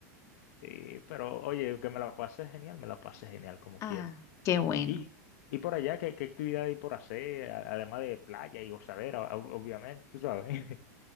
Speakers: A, on the left (about 60°); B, on the left (about 35°).
A: Y, pero oye, que me la pasé genial, me la pasé genial como
B: Ah,
A: quiera.
B: Qué bueno.
A: Y, y por allá, ¿qué, qué actividad hay por hacer? A- Además de playa y gozadera, ob- obviamente, tú sabes.